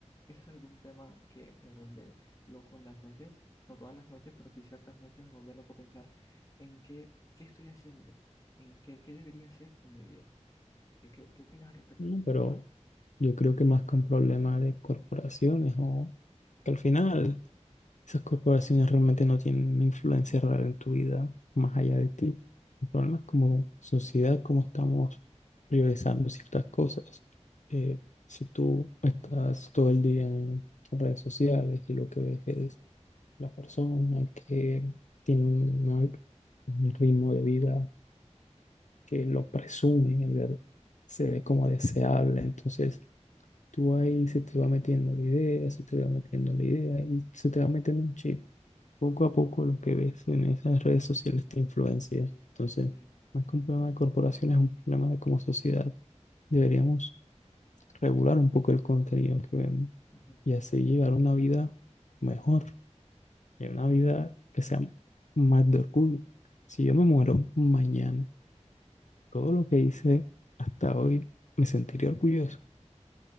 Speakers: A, on the left; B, on the left.
A: ese es algún tema que me vuelve loco en las noches, no todas las noches, pero sí ciertas noches me vuelve loco pensar en qué, qué estoy haciendo, en qué, qué debería hacer con mi vida. ¿Qué, qué, qué opinas al respecto?
B: no, pero yo creo que más que un problema de corporaciones o que al final. Esas corporaciones realmente no tienen una influencia real en tu vida más allá de ti. El problema es como sociedad, cómo estamos priorizando ciertas cosas. Eh, si tú estás todo el día en redes sociales y lo que ves es la persona que tiene una- un ritmo de vida que lo presume, en ver- se
A: Ujú,
B: ve como deseable, entonces tú ahí se te va metiendo la idea, se te va metiendo la idea y se te va metiendo un chip. Poco a poco lo que ves en esas redes sociales te influencia. Entonces,
A: Sí.
B: más que un problema de corporaciones es un problema de como sociedad. Deberíamos regular un poco el contenido que vemos
A: ujú,
B: y así llevar una vida mejor, y una vida que sea más de orgullo. Si yo me muero mañana, todo lo que hice hasta hoy me sentiría orgulloso.